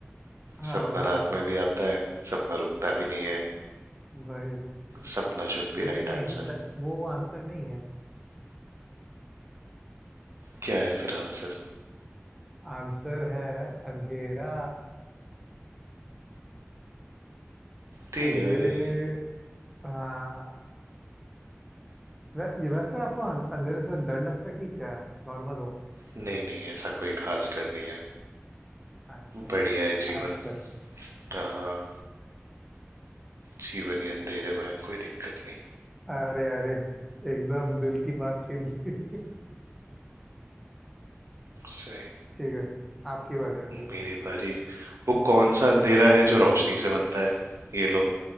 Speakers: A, in the centre; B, on the right.
A: हाँ
B: सपना
A: वो
B: रात
A: तो है
B: में भी आता है सपना रुकता भी नहीं है
A: वही
B: सपना शुड बी
A: लेकिन
B: राइट
A: नहीं
B: आंसर
A: द, वो आंसर नहीं है
B: क्या है फिर आंसर
A: <laughs> आंसर है अंधेरा
B: ठीक
A: अंधेरे
B: है भाई
A: में हाँ वै, ये वैसे आपको अं- अंधेरे से डर लगता है कि क्या नॉर्मल हो
B: नहीं नहीं ऐसा कोई खास डर नहीं है
A: अच्छा
B: बढ़िया है जीवन
A: बस फिर
B: हाँ जीवन ही अंधेरे में है, कोई दिक्कत नहीं
A: अरे अरे एकदम दिल की बात छीन ली <laughs>
B: सही
A: ठीक है आपकी बारी है फिर
B: मेरी बारी वो कौन सा अंधेरा है जो रोशनी से बनता है ये लो